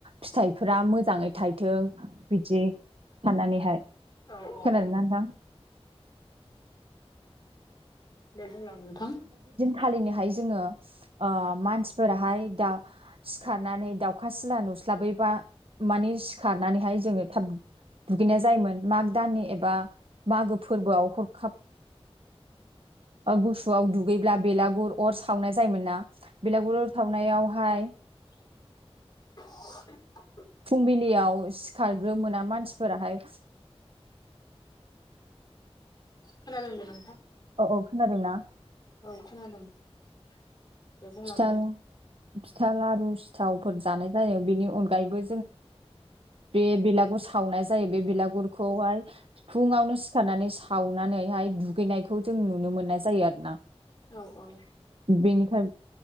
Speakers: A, on the right; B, on the left.
A: फिथाइफोरा मोजाङै थायथों बिदि साननानैहाय।
B: औ औ
A: खोनादोंना नोंथां।
B: दे होनला नोंथां
A: फालिनोहाय जोङो ओ मानसिफोराहाय दा सिखारनानै दाउखा सिला नु नुस्लाबैबा माने सिखारनानैहाय जोङो थाब दुगैनाय जायोमोन माग दाननि एबा मागो फोरबोआव हरखाब
B: <inaudible>
A: गुसुआव दुगैब्ला बेलागुर अर सावनाय जायोमोन ना बेलागुर अर सावनायावहाय
B: <inaudible>
A: फुंबिलियाव सिखारग्रोमोना मानसिफोराहाय
B: खोनादों ना?
A: औ औ खोनादों ना?
B: औ खोनादों दे बुंलांदो
A: फिथा फिथा लारु सिथावफोर जानाय जायो बेनि अनगायैबो बे बेलागुर सावनाय जायो बे बेलागुरखौहाय फुंआवनो सिखारनानै दुगैनायखौ जों नुनो मोननाय जायो आरोना।
B: औ औ।
A: बेनिखाय